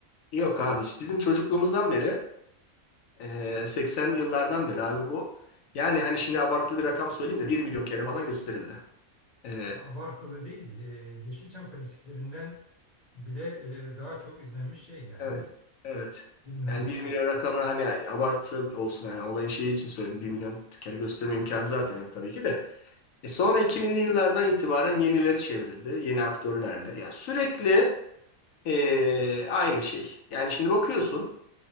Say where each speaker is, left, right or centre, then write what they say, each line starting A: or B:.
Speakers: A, on the left; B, on the left.
A: Yok abi bizim çocukluğumuzdan beri e, 80'li yıllardan beri abi bu. Yani hani şimdi abartılı bir rakam söyleyeyim de bir milyon kere falan gösterildi. E,
B: Abartılı değil. E, Yeşilçam klasiklerinden bile e, daha çok izlenmiş şey yani.
A: evet. Evet.
B: Filmlerden
A: Yani bir
B: biri.
A: milyon rakamına hani abartı olsun yani olayın şeyi için söyledim. bir milyon kere gösterme imkanı zaten yok tabii ki de. E sonra 2000'li yıllardan itibaren yenileri çevrildi. Yeni aktörlerle. Yani sürekli e, aynı şey. Yani şimdi bakıyorsun